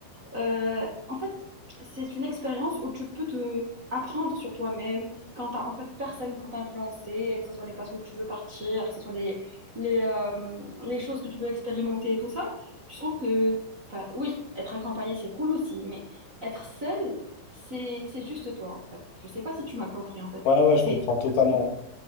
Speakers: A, on the right; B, on the left.
A: Euh, en fait, c'est une expérience où tu peux te apprendre sur toi-même quand t'as en fait personne pour t'influencer, que ce soit les places où tu veux partir, que ce soit les, les, euh, les choses que tu veux expérimenter et tout ça. Je trouve que, enfin, oui, être accompagné, c'est cool aussi, mais être seul, c'est c'est juste toi, en fait. Je sais pas si tu m'as compris, en fait.
B: Ouais, ouais, je
A: C'est.
B: comprends totalement.